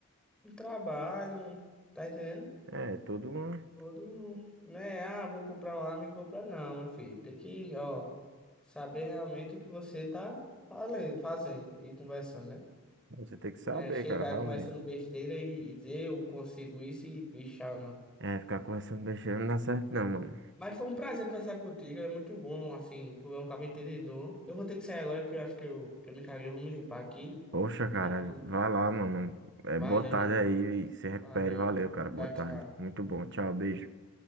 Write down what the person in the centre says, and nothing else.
um trabalho, um- tá entendendo?
Todo, não é, ah, vou comprar uma arma e comprar, não, meu filho. Tem que, ó, saber realmente o que você tá falen- fazendo e conversando, né?
Né, chegar
conversando besteira e, e dizer eu consigo isso e bichar ou não.
Mas foi um prazer conversar contigo, é muito bom, assim, tu é um cara entendedor. Eu vou ter que sair agora que eu acho que eu, que eu me caguei, eu vou me limpar aqui.
E aí,
valeu,
mano.
Valeu.
Tchau,
tchau.